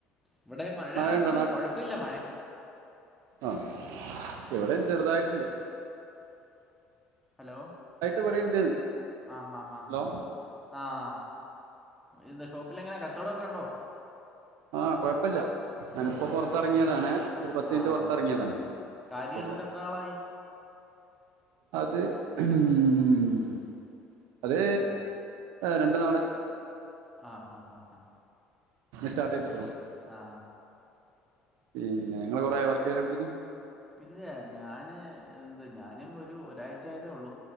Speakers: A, in the centre; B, on the right (about 75°).
A: ഇവിടെ മഴ
B: മഴയുണ്ടോ
A: കൊഴപ്പില്ല മഴ
B: ആഹ എവിടെയും ചെറുതായിട്ടുണ്ട്.....
A: ഹലോ
B: ഇപടെ ഉണ്ട്.....
A: ആഹ് ഹാ ആാ
B: ഹലോ
A: ഹാ ആഹ ഇത ഷോപ്പില എങ്ങനെ കച്ചവടൊക്കെ ഉണ്ടോ....
B: ആ കുഴപ്പമില്ല ഞാനിപ്പോൾ
A: ആഹ് ഹാ
B: പുറത്തിറങ്ങിയതാണ്..... ഒരു പത്ത് മിനിറ്റ്
A: ആഹ്
B: പുറത്ത് ഇറങ്ങിയതാണ്
A: കാര്യം
B: അപ്പ.....
A: എടുത്തിട്ട് എത്ര നാളായി
B: അത് ഉം അത്
A: ആഹ്
B: രണ്ട് നാൾ
A: ആ ആ ആ
B: സ്റ്റാർട്ട് ചെയ്തിട്ടുള്ളൂ
A: ആ ആ
B: പിന്നെ നിങ്ങള് കുറേ വർക്ക് ചെയൽ തു
A: ഇല്ല ഞാന് എന്ത് ഞാനും ഒരു ഒരാഴ്ച്ച ആയതേ ഉള്ളൂ